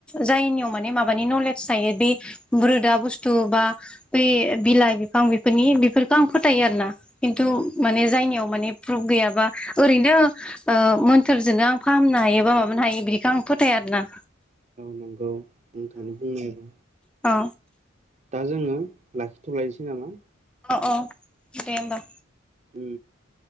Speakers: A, in the centre; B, on the right.
A: जायनियाव माने माबानि नलेज थायो बे रोदा बुस्थु बा ब बिलाइ बिफांफोरनि बेफोरखौ आं फोथायो आरोना थ माने जायनियाव माने प्रुफ गैयाबा ओरैनो मोन्थोरजोंनो आं फाहामनो हायो एबा माबानो हायो बिखौ आं फोथाय आरोना
B: नांगौ आं थाङानो बुंनायबा
A: औ
B: दा जोङो लाखिथ'लायनोसै नामा
A: अ अ दे होमबा
B: उ